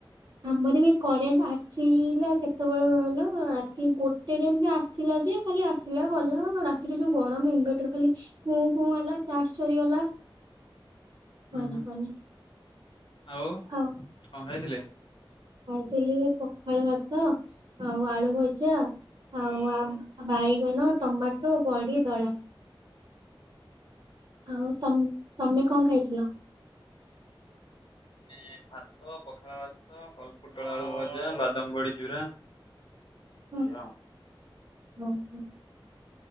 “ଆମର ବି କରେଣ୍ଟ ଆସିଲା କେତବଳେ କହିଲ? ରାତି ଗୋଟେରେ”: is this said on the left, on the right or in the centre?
Right